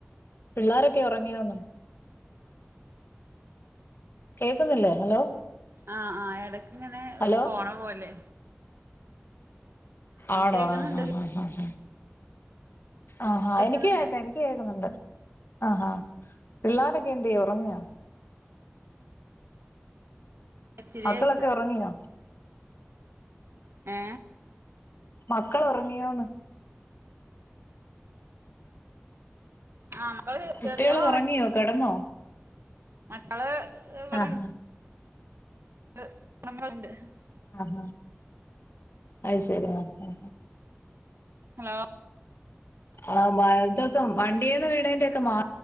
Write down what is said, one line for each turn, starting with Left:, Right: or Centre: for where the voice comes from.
Left: പിള്ളാരൊക്കെ ഉറങ്ങിയോന്ന്? കേൾക്കുന്നില്ലേ? ഹലോ?
Right: ആഹ് ആഹ് ഇടക്ക് ഇങ്ങനെ
Left: ഹലോ
Right: ഒരു പോണ പോല്ലേ
Left: ആണോ?
Right: കേക്കുന്നുണ്ട്
Left: ആഹ ഹ ഹ ഹ ആഹാ ഹാ
Right: കേക്കുന്നുണ്ട്
Left: എനിക്ക് കേക്കാം. എനിക്ക് കേക്കുന്നുണ്ട്. ആഹാ ആഹാ പിള്ളാരൊക്കെ എന്ത്യാ ഉറങ്ങിയോ?
Right: ഇച്ചിരിയായിക്ക
Left: മക്കളൊക്കെ ഉറങ്ങിയോ?
Right: ഏ
Left: മക്കൾ ഉറങ്ങിയോന്ന്?
Right: ആഹ് മക്കള്
Left: കുട്ടികള്
Right: ചെറിയാള്
Left: ഉറങ്ങിയോ? കിടന്നോ?
Right: മക്കള് ഇവടെണ്ട്
Left: ആഹ്
Right: <unintelligible>
Left: ആഹ് ഹ അഹ് ശെരി ആഹ്
Right: ഹലോ
Left: ആഹ് മഴത്തോക് വണ്ടിന്ന് വീണന്റെക്കെ മാറി